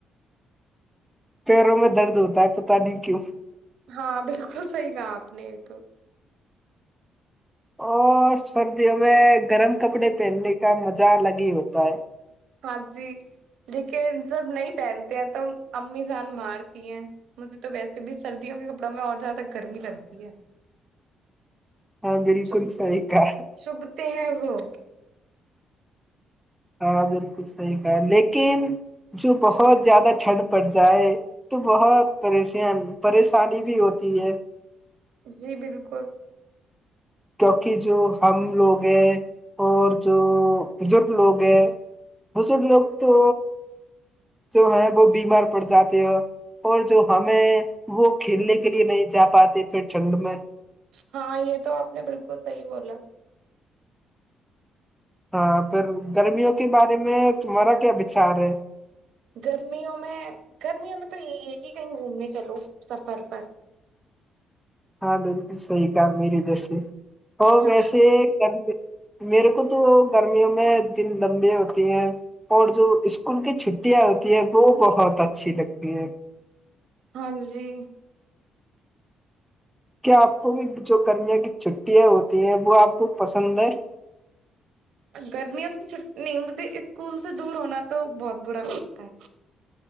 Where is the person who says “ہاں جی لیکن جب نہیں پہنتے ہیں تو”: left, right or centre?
Right